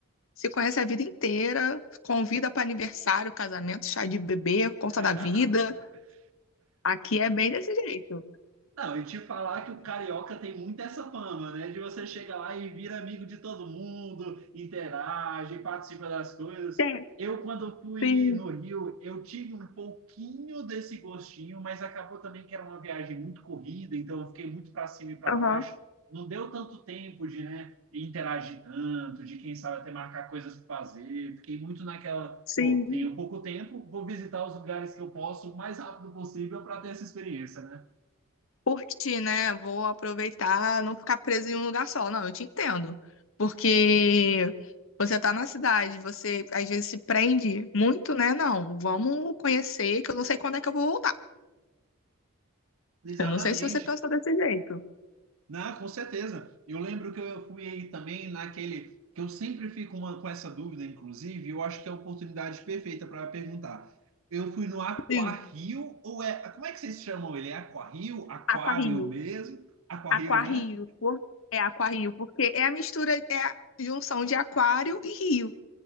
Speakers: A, on the left; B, on the right.
A: se conhece a vida inteira, convida para aniversário, casamento, chá de bebê, conta
B: <laughs>
A: da vida. Aqui é bem desse jeito.
B: Não, e te falar que o carioca tem muito essa fama, né? De você chegar lá e vira amigo de todo mundo, interage, participa das coisas.
A: Tem,
B: Eu, quando fui
A: sim,
B: no Rio, eu tive um pouquinho desse gostinho, mas acabou também que era uma viagem muito corrida, então eu fiquei muito para cima e para
A: aham,
B: baixo. Não deu tanto tempo de, né, interagir tanto, de quem sabe até marcar coisas para fazer. Fiquei muito naquela,
A: sim.
B: pô, tenho pouco tempo, vou visitar os lugares que eu posso o mais rápido possível para ter essa experiência, né?
A: curtir, né? Vou aproveitar, não ficar preso em um lugar só. Não, eu te entendo. Porque você tá na cidade, você às vezes se prende muito, né? Não, vamos conhecer, que eu não sei quando é que eu vou voltar.
B: Exatamente.
A: Eu não sei se você pensa desse jeito.
B: Não, com certeza. Eu lembro que eu fui aí também naquele que eu sempre fico uma- com essa dúvida, inclusive, eu acho que é a oportunidade perfeita para perguntar. Eu fui no Aquario
A: Sim,
B: ou é, como é que vocês chamam ele? É Aquario? Aquário
A: aquarrio,
B: mesmo? Aquario,
A: aquarrio,
B: né?
A: por... é aquarrio, porque é a mistura, é a junção de aquário e rio,